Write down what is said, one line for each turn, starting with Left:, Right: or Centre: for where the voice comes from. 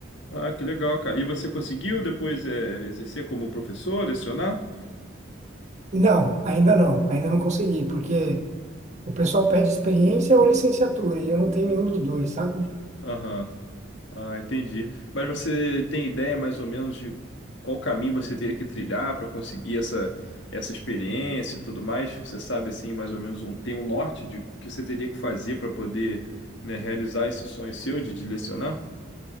Left: Ah, que legal, cara. E você conseguiu depois é, exercer como professor, lecionar?
Right: Não, ainda não, ainda não consegui, porque o pessoal pede experiência ou licenciatura, e eu não tenho nenhum dos dois, sabe?
Left: Aham. Ah, entendi. Mas você tem ideia mais ou menos de qual caminho você teria que trilhar para conseguir essa, essa experiência e tudo mais? Você sabe, assim, mais ou menos, um, tem um norte de que você teria que fazer para poder, né, realizar esse sonho seu de, de lecionar?